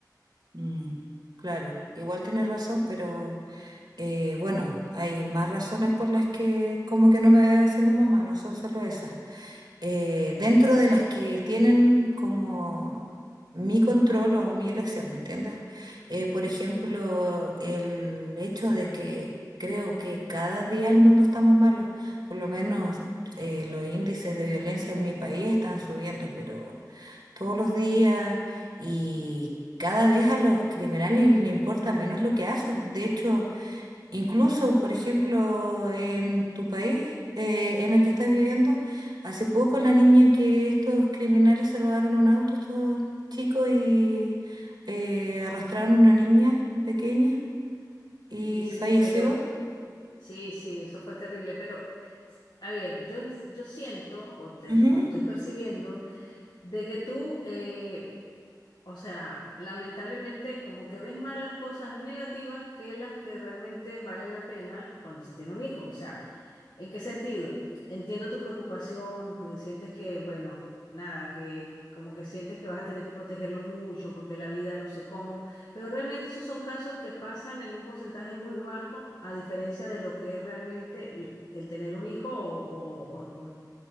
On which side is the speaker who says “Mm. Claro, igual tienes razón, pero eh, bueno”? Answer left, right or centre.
Right